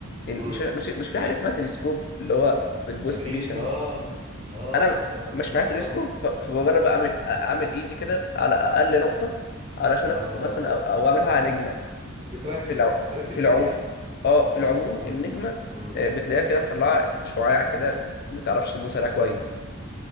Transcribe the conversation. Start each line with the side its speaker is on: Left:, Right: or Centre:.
Left: يعني
Right: مم.
Left: مش مش مش في حاجه اسمها تلسكوب اللي هو بتبوست
Right: اكيد
Left: بيه عشان
Right: اه اه
Left: انا
Right: ده
Left: مش معايا
Right: اه
Left: تلسكوب ف- فبجرب اعمل اعمل ايدي كده على اقل نقطه علشان
Right: اه
Left: أت- مثلا أو, او اعملها على نجمه
Right: بتركز
Left: في الع...
Right: بتركز
Left: في العموم
Right: فيها
Left: اه في العموم
Right: مم.
Left: النجمه
Right: مم.
Left: آه، بتلاقيها كده مطلعه شعاع كده ما تعرفش تبوس عليها كويس